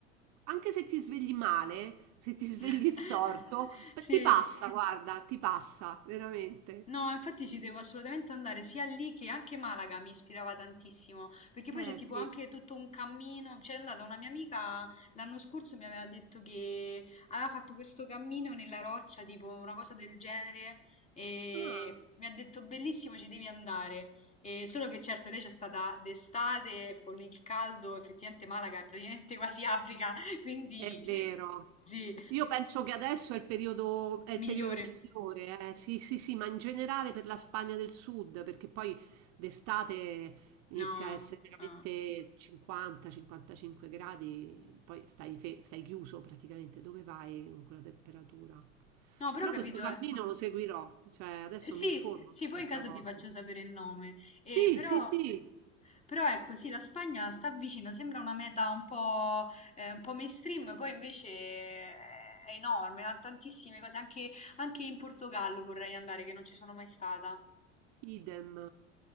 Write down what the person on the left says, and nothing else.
<laughs>
Sì,
no, infatti ci devo assolutamente andare sia lì che anche Malaga mi ispirava tantissimo, perché poi
c'è tipo
anche tutto un cammino, c'è andata una mia amica l'anno scorso mi aveva detto che aveva fatto questo cammino nella roccia, tipo una cosa del genere, e
mi ha detto bellissimo, ci devi andare. E solo che certo lei c'è stata d'estate con il caldo, effettivamente Malaga è praticamente quasi Africa, <laughs> quindi
sì,
migliore.
No,
ah.
No, però
ho
capito,
eh.
Eh, Sì,
sì,
poi
in caso
ti faccio sapere il nome.
Eh, però,
però ecco, sì, la Spagna sta vicino, sembra una meta un po', eh, un po' mainstream, poi invece eh, è enorme, ha tantissime cose, anche, anche in Portogallo vorrei andare, che non ci sono mai stata.